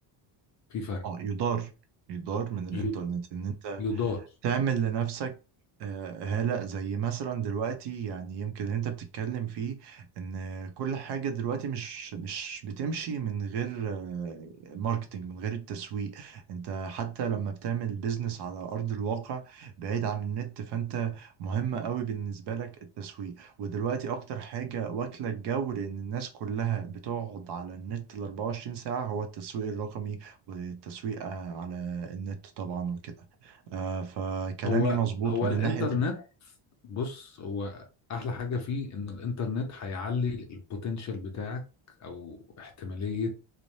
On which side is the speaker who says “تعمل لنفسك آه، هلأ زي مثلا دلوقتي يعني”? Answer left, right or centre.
Right